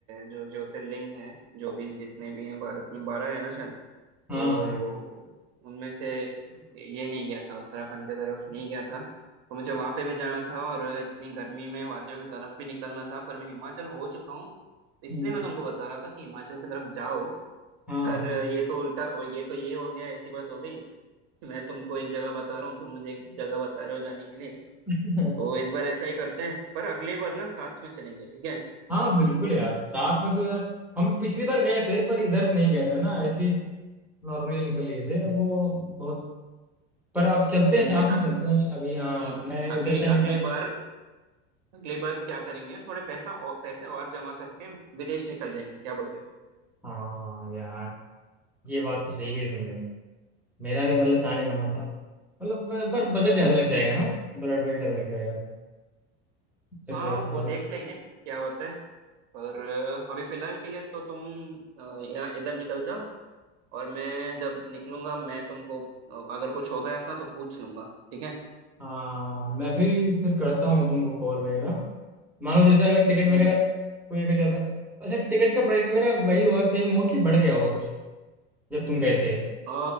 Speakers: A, on the right (about 60°); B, in the centre.
A: जो ज्योतिर्लिंग है जो भी जितने भी हैं भारत में बारह है ना शायद
B: हाँ
A: तो
B: हाँ
A: उनमें से ये नहीं गया था उत्तराखंड की तरफ नहीं गया था तो मुझे वहाँ पे भी जाना था और इतनी गर्मी में वादियों की तरफ भी निकलना था पर मैं हिमाचल हो चुका हूँ इसलिए
B: हम्म,
A: मैं तुमको बता रहा था कि हिमाचल की तरफ जाओ
B: हाँ
A: पर
B: हाँ
A: ये तो उल्टा और ये तो ये हो गया ऐसी बात हो गई मैं तुमको एक जगह बता रहा हूँ तुम मुझे एक जगह बता रहे हो जाने के लिए
B: <laughs>
A: तो इस बार ऐसा ही करते हैं पर अगली बार ना साथ में चलेंगे ठीक है
B: हाँ बिल्कुल यार साथ में तो यार हम पिछली बार गए थे पर इधर नहीं गए थे ना ऐसी नॉर्मली निकल लिए थे वो बहुत पर आप चलते
A: नहीं
B: हैं साथ
A: नहीं अग,
B: में चलते हैं अभी हाँ
A: हम्म
B: मैं
A: अगले
B: इधर टहल
A: अगले
B: का
A: बार अगले बार क्या करेंगे थोड़े पैसा और पैसे और जमा करके विदेश निकल जाएंगे क्या बोलते हो
B: हाँ यार ये बात तो सही कही तुमने मेरा भी मतलब जाने का मन था मतलब ब- पर बजट ज्यादा लग जाएगा ना बजट वगैरह ज्यादा लग जाएगा टिकट
A: हाँ
B: वगैरह
A: वो देख लेंगे क्या होता है पर अ, अभी फिलहाल के लिए तो तुम अ, यहाँ इधर निकल जाओ और मैं जब निकलूंगा मैं तुमको अ, अगर कुछ होगा ऐसा तो पूछ लूंगा ठीक है
B: हाँ मैं भी फिर करता हूँ तुमको कॉल वगैरह मान लो जैसे अगर टिकट
A: हम्म
B: वगैरह कोई अगर जाता अच्छा टिकट का प्राइस वगैरह वही होगा सेम होगा कि बढ़ गया होगा कुछ जब तुम गए थे
A: अ,